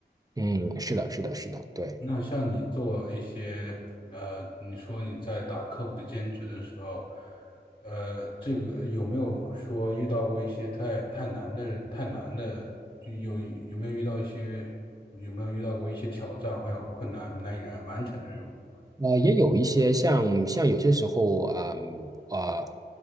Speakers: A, on the right; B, on the left.
A: 嗯，是的，是的，是的，对。
B: 那像你做一些呃，你说你在打客户的兼职的时候，呃，这个有没有说遇到过一些太太难的太难的，就有有没有遇到一些有没有遇到过一些挑战还有困难难以完完成的任务？
A: 呃，也有一些像像有些时候，嗯呃，